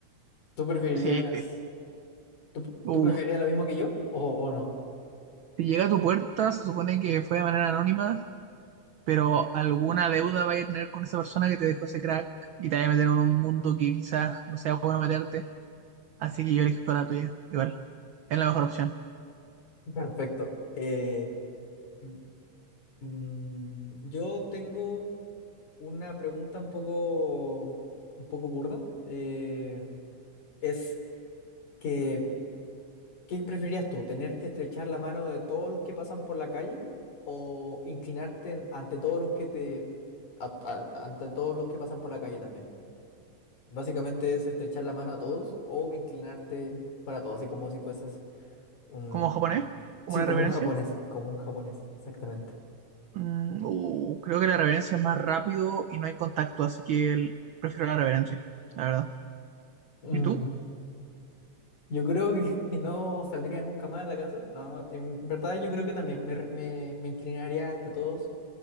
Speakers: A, on the left; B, on the right.
A: ¿Tú preferirías,
B: Sí, pe-
A: tú,
B: uh,
A: tú preferirías lo mismo que yo o, o no?
B: Si llega a tu puerta, se supone que fue de manera anónima, pero alguna deuda vaya a tener con esa persona que te dejó ese crack y te vaya a meter en un mundo que quizás no sea bueno meterte. Así que yo elijo la tuya, igual. Es la mejor opción.
A: <laughs> Perfecto. Eh, mm, mm, yo tengo una pregunta un poco, un poco burdo. Eh, es que, ¿qué preferirías tú? ¿Tener que estrechar la mano de todos los que pasan por la calle o inclinarte en- ante todos los que te, a- a- ante todos los que pasan por la calle también? Básicamente es estrechar la mano a todos o inclinarte para todos, así como si fueses un,
B: ¿Como japonés? ¿Como
A: sí,
B: una
A: como
B: reverencia?
A: un japonés, como un japonés, exactamente.
B: Mm, uh, creo que la reverencia es más rápido y no hay contacto, así que el- prefiero la reverencia, la verdad.
A: Mm,
B: ¿Y tú?
A: Yo creo que <laughs> no saldría nunca más de la casa. No, en verdad yo creo que también me, re- me, me inclinaría ante todos.